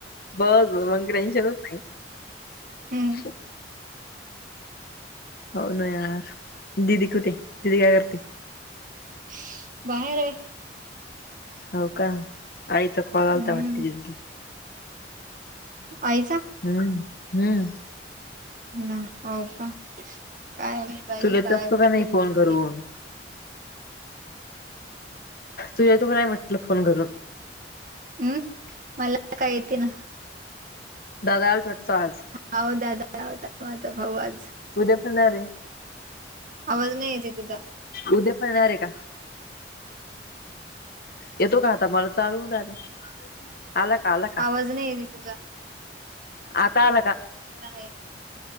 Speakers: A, on the left (about 55°); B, on the right (about 50°).
A: बस बस मग टेन्शनच नाही
B: हम्म
A: हं होना यार, दिदी कुठे? दिदी काय करते?
B: <unintelligible> बाहेर हाय.
A: होव का आईचा कॉल आलता
B: हम्म
A: वाटते दिदीले?
B: आईचा
A: हम हम्म
B: हं होव का, काय माहित बाई
A: तुला येत
B: काय
A: असतो
B: होतय?
A: का नाही फोन करून
B: <unintelligible>
A: तू येतो काय नाही म्हटलं फोन करून?
B: हम्म मला काय येते ना?
A: दादा आलत वाटतं आज
B: होव दादा आला होता. माझा भाऊ आज
A: उद्या पण येणार ए,
B: आवाज नाही येते तुझा
A: उद्या पण येणार आहे का? येतो का? आता मला तर येवून राहीलं. आला का? आला का?
B: आवाज नाही येते तुझा
A: आता आला का?
B: नाही.